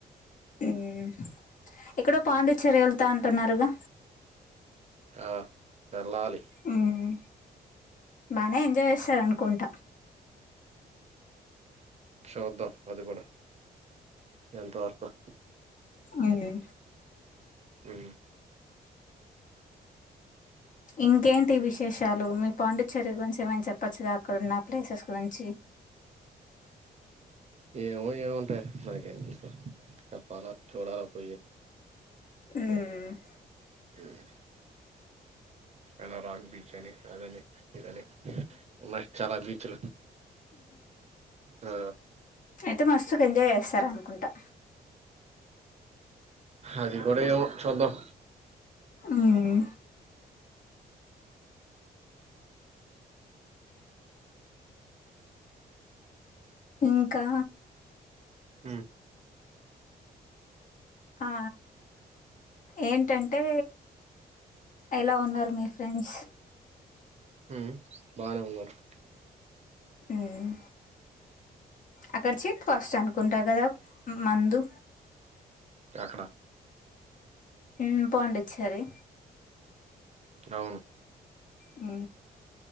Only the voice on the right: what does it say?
ఆ వెళ్ళాలి
చూద్దం అది కూడా ఎంతవర్కో
మ్
ఏమో ఉంటాయో నాకేం తెల్సు చెప్పాలా చూడాలా పోయి
మ్ ఎనరాం బీచ్ అని అదని ఇదని ఉన్నాయి చాలా బీచ్లు ఆ
అది కూడేమో చూద్దం
మ్
మ్ బానే ఉన్నారు
ఎక్కడ
అవును